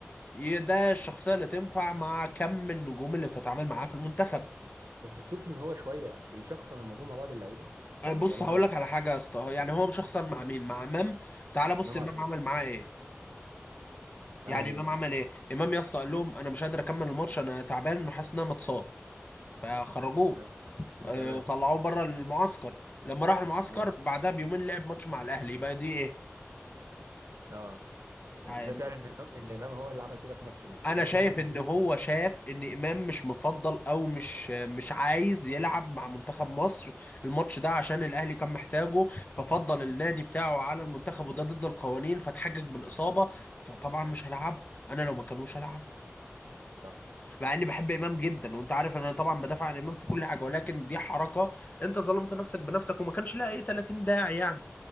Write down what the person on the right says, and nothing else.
بس تشوف ان هو شويه بيشخصن الموضوع مع بعض اللعيبه يعني
زي مثلا
امام
عاشور
عمل
ايه امام
عاشور
تمام
تمام
تمام
اه انت
شايف يعني ان امام ان امام هو اللي عمل كده في نفسه مش
مش
ده مش
بي...
صح